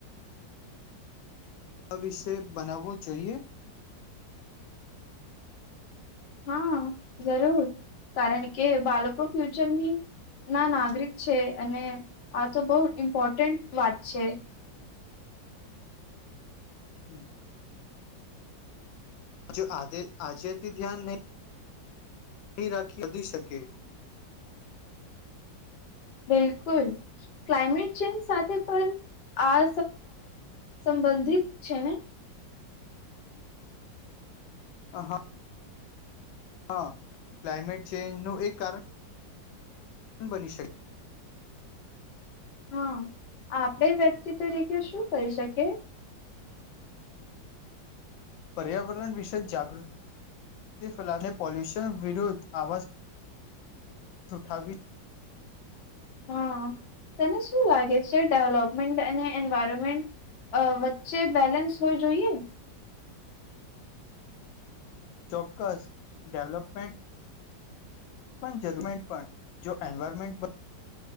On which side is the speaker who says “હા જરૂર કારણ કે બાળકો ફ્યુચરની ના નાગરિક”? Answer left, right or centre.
Left